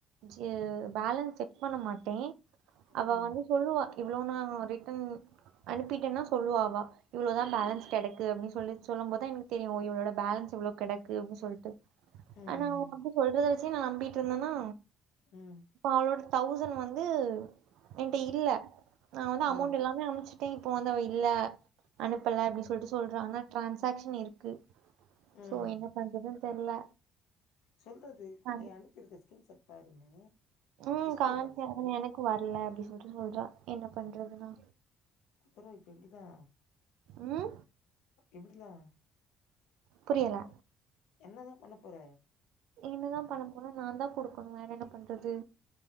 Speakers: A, on the right; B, on the left.
A: ஜ பேலன்ஸ் செக் பண்ண மாட்டே அவ
B: ம்
A: வந்து சொல்லுவா இவ்ளோ நா ரிட்டன் அனுப்பிட்டென்னா சொல்லுவா அவ இவ்ளோதா பேலன்ஸ் கெடக்கு அப்டி சொல்லி சொல்லம் போத் தா எனக்கு தெரியு ஒ இவளோட பேலன்ஸ் இவ்ளோ கெடக்கு அப்டி சொல்ட்டு
B: ம்
A: ஆனா அவ அப்டி சொல்றத வெச்சு நா நம்பிட்ருந்தனா
B: ம்
A: இப்ப அவளோட தௌசண் வந்து என்ட்ட இல்ல நா வந்து அமௌண்டு
B: ஆ
A: எல்லாமே அனுப்ச் டே இப்போ வந்த அவ இல்ல அனுப்பல அப்டி சொல்ட்டு சொல்றா ஆனா ட்ரான்சாக்ஷன் இருக்கு
B: ம்
A: சோ என்ன பண்றதுன் தெர்ல
B: சொல்றது
A: கண்
B: எ அனுப்பிருக்க ஸ்கீன் சாட் பாருன்னு
A: ம்
B: ஹிஸ்ட்ரிய
A: காம்ச
B: பாக்க சொல்லு
A: ஆனா எனக்கு வர்ல அப்டி சொல்ட்டு சொல்றா என்ன பண்றது நா
B: அப்பறோ இப்ப எப்டிதா
A: ம்
B: எப்பிடிதா
A: புரியல
B: என்னதா பண்ண போற
A: என்னதா பண்ண போற நான் தா குடுக்கணு வேற என்ன பண்றது